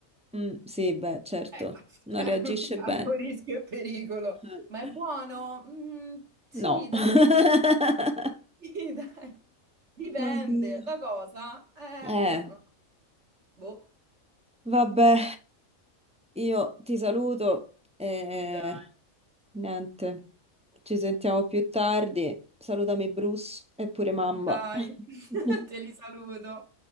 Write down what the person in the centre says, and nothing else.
Mm, sì, beh, certo,
non
reagisce
bene.
Eh,
No.
<laughs>
Oddio.
Eh,
vabbè, io ti saluto. eh,
Niente, ci sentiamo più tardi. Salutami Bruce e pure mamma.
<laughs>